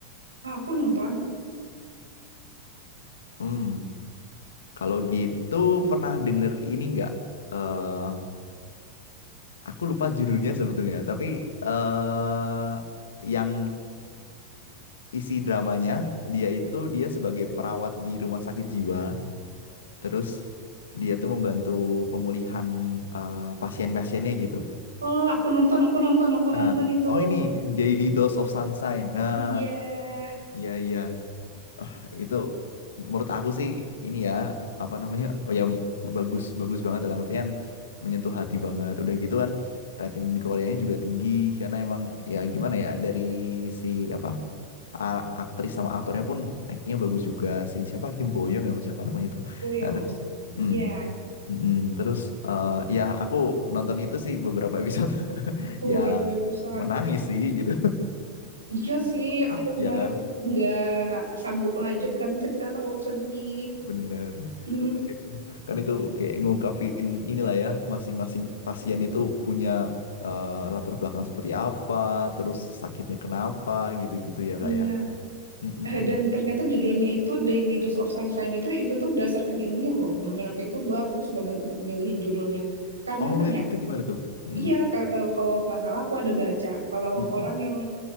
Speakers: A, on the right; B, on the left.
A: Ah, aku nonton.
B: Hmm, kalau gitu pernah denger ini nggak? eh aku lupa judulnya sebetulnya, tapi eh yang isi dramanya dia itu dia sebagai perawat di rumah sakit jiwa, terus dia tuh membantu pemulihan eh, pasien-pasiennya gitu.
A: Oh, aku nonton, aku nonton, aku
B: Eh,
A: nonton itu.
B: oh ini Daily Dose of Sunshine. Nah,
A: Iya,
B: iya iya. Ah, itu menurut aku sih ini ya apa namanya oh ya bagus bagus banget dalam artian menyentuh hati banget udah gitu kan rating di Koreanya juga tinggi karena emang ya gimana ya dari si apa a- aktris sama aktornya pun aktingnya bagus juga si siapa Kim Boyong ya apa siapa namanya itu
A: Boyong.
B: nah terus hmm,
A: Iya,
B: mm, mm. terus eh, ya aku nonton itu sih beberapa episode <laughs>
A: aku
B: ya
A: beberapa episode.
B: menangis sih gitu
A: Iya sih,
B: <laughs>
A: aku kemarin
B: ya kan
A: nggak sanggup lanjut karena cerita terlalu sedih.
B: Bener.
A: Mm-mm,
B: Kan itu, kan itu kayak ngungkapin inilah ya, masing-masing pasien itu punya eh, latar belakang seperti apa, terus sakitnya kenapa, gitu-gitu ya
A: Iya.
B: kak ya. Mm, mm,
A: Eh, dan
B: mm.
A: ternyata judulnya itu Daily Dose of Sunshine itu itu tuh berdasarkan ilmiah loh. Mereka itu bagus banget milihin judulnya. Karena
B: Oh
A: ternyata,
B: itu gimana tuh? Mm,
A: iya ka- eh, kalau nggak salah aku ada baca. Kalau
B: mm, mm.
A: orang yang